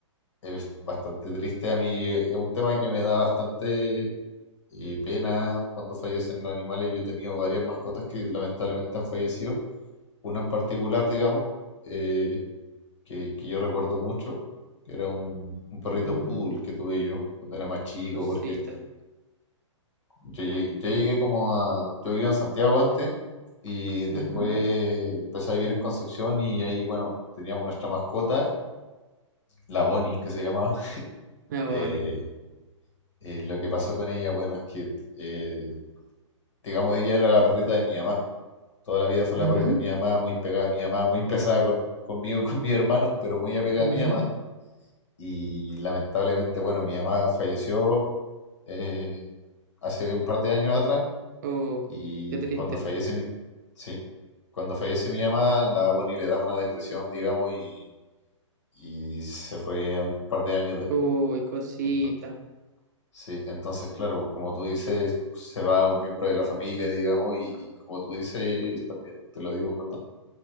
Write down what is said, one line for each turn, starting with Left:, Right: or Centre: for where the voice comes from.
Left: es bastante triste a mí, eh, es un tema que me da bastante eh, pena cuando fallecen los animales. Yo he tenido varias mascotas que lamentablemente han fallecido. Una en particular, digamos, eh, que, que yo recuerdo mucho, que era un, un perrito
Right: ujú,
Left: poodle que tuve yo cuando era más chico,
Right: cosita.
Left: porque yo llegué, yo llegué como a... Yo vivía en Santiago antes y después
Right: ujú,
Left: empecé a vivir en Concepción y ahí, bueno, teníamos nuestra mascota, la Bonnie, que se llamaba. <laughs>
Right: Me voy.
Left: Eh, eh, lo que pasó con ella, bueno, es que, eh, digamos, ella era la perrita de mi mamá. Toda la vida fue la
Right: Ujú,
Left: perrita de mi mamá, muy pegada a mi mamá, muy pesada con, conmigo, <laughs> y con mis hermanos, pero muy apegada
Right: ujú.
Left: a mi mamá. Y lamentablemente, bueno, mi mamá falleció eh, hace un par de años atrás
Right: Oh,
Left: y
Right: qué triste.
Left: cuando fallece mi, sí, cuando fallece mi mamá, la Bonnie le da una depresión, digamos, y, y se fue un par de años después.
Right: Uy, cosita.
Left: Entonces, sí, entonces, claro, como tú dices, pues, se va un miembro de la familia, digamos, y, y como tú dices también, te lo digo, perdón